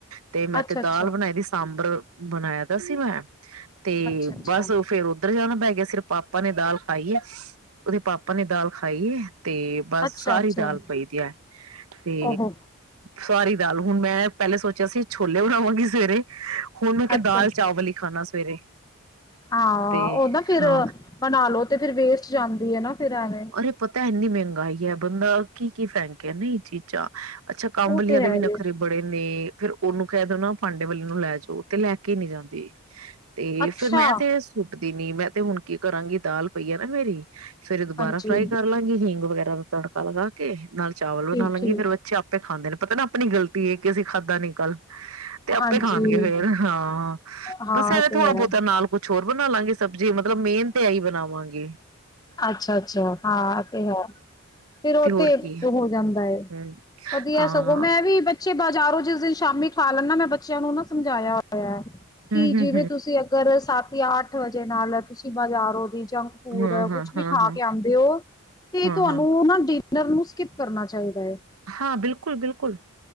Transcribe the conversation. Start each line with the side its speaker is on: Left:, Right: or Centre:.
Right: ਤੇ ਮੈਂ
Left: ਅੱਛਾ
Right: ਤੇ
Left: ਅੱਛਾ
Right: ਦਾਲ ਬਣਾਈ ਦੀ ਸਾਂਬਰ ਬਣਾਇਆ ਦਾ ਸੀ ਮੈਂ ਤੇ
Left: ਅੱਛਾ ਅੱਛਾ
Right: ਬਸ ਫੇਰ ਉੱਧਰ ਜਾਣਾ ਪੈ ਗਿਆ। ਸਿਰਫ ਪਾਪਾ ਪਾਣੀ ਦਾਲ ਖਾਈਏ, ਉਹਦੇ ਪਾਪਾ ਨੇ ਦਾਲ ਖਾਈ ਏ। ਤੇ ਬਸ
Left: ਅੱਛਾ
Right: ਸਾਰੀ
Left: ਅੱਛਾ
Right: ਦਾਲ ਪਈਦੀ ਹੈ। ਤੇ
Left: ਓਹੋ
Right: ਸਾਰੀ ਦਾਲ ਹੁਣ ਮੈਂ ਪਹਿਲੇ ਸੋਚਿਆ ਸੀ ਛੋਲੇ ਬਣਾਵਾਂਗੀ ਸਵੇਰੇ। ਹੁਣ ਮੈਂ ਕਿਹਾ
Left: ਅੱਛਾ
Right: ਦਾਲ
Left: ਅੱਛਾ
Right: ਚਾਵਲ ਹੀ ਖਾਣਾ ਸ ਸਵੇਰੇ
Left: ਹਾਂ
Right: ਤੇ
Left: ਉਹ ਨਾ ਫਿਰ
Right: ਹਾਂ
Left: ਬਣਾ ਲੋ ਤੇ ਫਿਰ ਵੇਸਟ ਜਾਂਦੀ ਹੈ ਨਾ। ਫਿਰ ਐਵੇਂ
Right: ਅਰੇ ਇਹ ਪਤਾ ਇਨੀ ਮਿਹਨਤ ਸਹੀ ਏ ਬੰਦਾ ਕੀ ਕੀ ਫੇਂਕੇ ਚੀਜ਼ਾਂ। ਅੱਛਾ ਕੰਬਲੀਆਂ
Left: ਉਹ ਤੇ
Right: ਦੇ
Left: ਹੈ
Right: ਵੀ
Left: ਹੀ
Right: ਨਖਰੇ ਬੜੇ ਨੇ, ਫੇਰ ਉਹਨੂੰ ਕਹਿ ਦਿਓ ਨਾ ਭਾਂਡੇ ਵੱਲ ਲੇ ਜਾਓ ਤੇ ਲੈ ਕੇ ਨੀ ਜਾਂਦੀ। ਤੇ
Left: ਅੱਛਾ
Right: ਫੇਿਰ ਮੈਂ ਤੇ ਸੁੂੱਟ ਨੀ ਮੈਂ ਤੇ ਹੁਣ ਕੀ ਕਰਾਂਗੀ ਦਾਲ ਪਈ ਆ ਨਾ ਮੇਰੀ ਸਵੇਰੇ ਦੁਬਾਰਾ
Left: ਹਾਂਜੀ
Right: ਫਰਾਈ ਕਰ ਲਾਂਗੀ ਹਿੰਗ ਵਗੈਰਾ ਦਾ ਤੜਕਾ ਲਗਾ ਕੇ ਨਾਲ ਚਾਵਲ ਬਣਾ
Left: ਠੀਕ
Right: ਲਾਂਗੇ
Left: ਠੀਕ
Right: ਫੇਰ ਬੱਚੇ ਆਪੇ ਖਾਂਦੇ ਨੇ ਪਤਾ ਨਾ ਆਪਣੀ ਗਲਤੀ ਹੈ, ਕਿ ਅਸੀਂ ਖਾਧਾਂ ਨਿ ਕਲ ਤੇ ਆਪੇ
Left: ਹਾਂਜੀ
Right: ਖਾਣਗੇ ਫੇਰ ਹਾਂ।
Left: ਹਾਂ
Right: ਬਸ ਐਵੇਂ
Left: ਇਹ ਤੇ
Right: ਥੋੜਾ
Left: ਹੈ
Right: ਬਹੁਤਾ ਨਾਲ ਕੁਛ ਹੋਰ ਬਣਾ ਲਾਂਗੇ ਸਬਜ਼ੀ, ਮਤਲਬ ਮੇਨ ਤੇ ਆ ਹੀ ਬਣਾਵਾਂਗੇ।
Left: ਅੱਛਾ-ਅੱਛਾ। ਹਾਂ ਤੇ ਹੈ ਫੇਿਰ ਉਹ
Right: ਹੋਰ
Left: ਤੇ
Right: ਕੀ
Left: ਹੋ ਜਾਂਦਾ
Right: ਹਮ
Left: ਵਧੀਆ
Right: ਹਾਂ
Left: ਸਗੋਂ ਮੈਂ ਵੀ ਬਚ ਬੱਚੇ ਬਾਜ਼ਾਰੋਂ ਜਿਸ ਦਿਨ ਸ਼ਾਮੀ ਖਾ ਲੈਦਾ ਮੈਂ ਬੱਚਿਆਂ ਨੂੰ ਨਾ ਸਮਝਾਇਆ ਹੋਇਆ ਏ। ਕਿ
Right: ਹਮ
Left: ਜਿਵੇਂ
Right: ਹਮ
Left: ਤੁਸੀਂ ਅਗਰ ਸ਼ਾਮੀਂ ਅੱਠ ਵਜੇ ਨਾਲ ਤੁਸੀਂ ਬਾਜ਼ਾਰੋ ਦੀ ਜੰਕ ਫੂਡ
Right: ਹਮ ਹਾਂ
Left: ਕੁਛ
Right: ਹਾਂ
Left: ਵੀ
Right: ਹਾਂ
Left: ਖਾ
Right: ਹਾਂ
Left: ਕੇ ਆਉਂਦੇ ਹੋ ਤੇ
Right: ਹਾਂ
Left: ਤੁਹਾਨੂੰ
Right: ਹਾਂ
Left: ਨਾ ਡਿਨਰ ਨੂੰ ਸਕਿਪ ਕਰਨਾ ਚਾਹੀਦਾ। ਹੈ।
Right: ਹਾਂ ਬਿਲਕੁਲ ਬਿਲਕੁਲ।